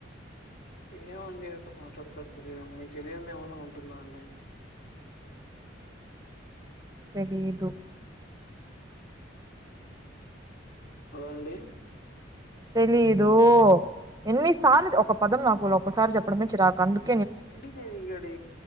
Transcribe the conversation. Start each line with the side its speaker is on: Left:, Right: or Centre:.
Left: ఏమండి అట మాట్లాడతారూ మీకు తెలియంది ఏమన్నా ఉంటుందా అండి
Right: తెలీదు
Left: <inaudible> అలాండి
Right: తెలీదు ఎన్నిసార్లు ఒక పదం నాకు ఒకసారి చెప్పడమే చిరాకు అందుకు
Left: అంటే నేను ఇక్కడి